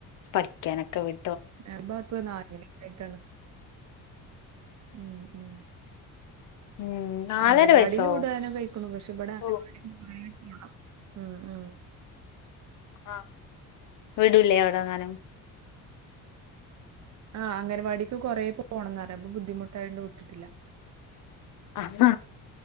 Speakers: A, on the left; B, on the right.
A: പഠിക്കാനക്കെ വി
B: <unintelligible> ഉം ഉം
A: ഉം നാലര
B: അംഗൻവാടിൽ
A: വയസ്സോ
B: വിടാനെ കഴിക്കണു പക്ഷെ ഇവിടെ
A: ഓ,
B: <unintelligible> ഉം ഉം
A: ആഹ വിടുല്ലേ അവിടങ്ങാനും
B: ആഹ് അംഗൻവാടിക്ക് കൊറേ പോണം അപ്പൊ ബുദ്ധിമുട്ട് ആയോണ്ട് വിട്ടിട്ടില്ല.
A: ആഹ്